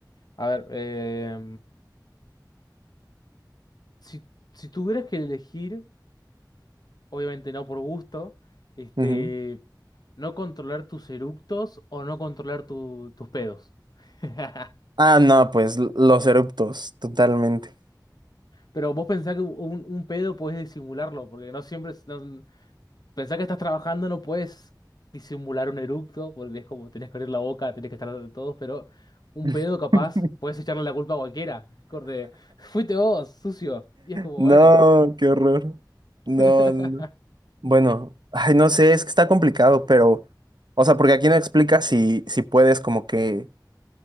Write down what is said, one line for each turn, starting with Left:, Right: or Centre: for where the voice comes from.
Left: A ver, eh, si, si tuvieras que elegir, obviamente no por gusto, este,
Right: Ujú.
Left: no controlar tus eructos o no controlar tu- tus pedos. <laughs>
Right: Ah, no, pues l- los eruptos, totalmente.
Left: Pero vos pensás que un, un pedo podés disimularlo, porque no siempre, es- no- Pensá que estás trabajando, no puedes disimular un eructo, porque es como tenés que abrir la boca, tenés que estar de todos, pero un
Right: <laughs>
Left: pedo capaz, puedes echarle la culpa a cualquiera. Corte, fuiste vos, sucio. Y es como,
Right: No,
Left: bueno.
Right: qué horror. No,
Left: <laughs>
Right: no. no. Bueno, ay, no sé, es que está complicado, pero, o sea, porque aquí no explica si, si puedes como que,